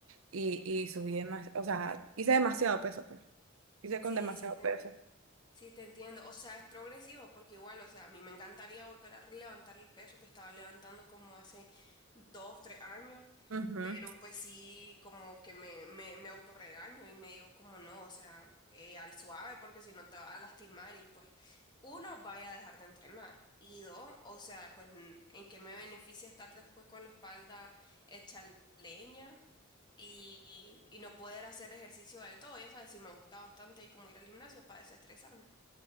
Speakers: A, on the right; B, on the left.
A: y, y subí demasiado, o sea, hice demasiado peso, pues. Hice con
B: Sí,
A: demasiado
B: sí, te
A: peso.
B: Sí, te entiendo. O sea, es progresivo porque igual, o sea, a mí me encantaría volver a levantar el peso que estaba levantando como hace dos, tres años,
A: Ujú.
B: pero pues sí, como que me, me, me autorregaño y me digo como no, o sea, eh, al suave porque si no te vas a lastimar y pues uno, vaya a dejar de entrenar. Y dos, o sea, pues n- en qué me beneficia estar después con la espalda hecha leña y, y y no poder hacer ejercicio del todo. Ya sabes, sí me gusta bastante como ir al gimnasio para desestresarme.